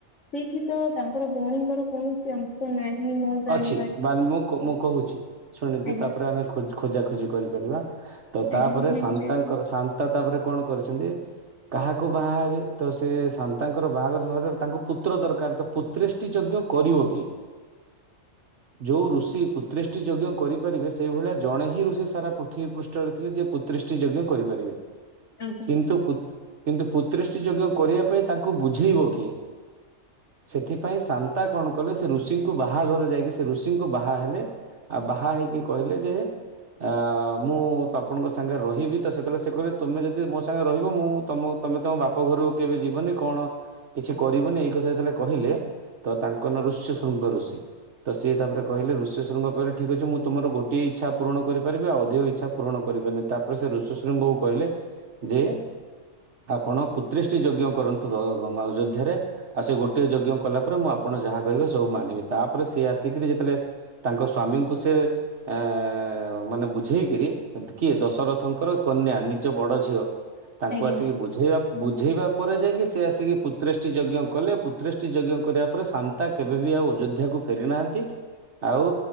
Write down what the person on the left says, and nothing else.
ସେଠି ତ ତାଙ୍କର ଭଉଣୀଙ୍କର କୌଣସି ଅଂଶ ନାହିଁ। ମୁଁ ଜାଣିବାରେ
ଆଜ୍ଞା
ଆଜ୍ଞା ନିଶ୍ଚୟ
<inaudible>
ଆଜ୍ଞା
ଆଜ୍ଞା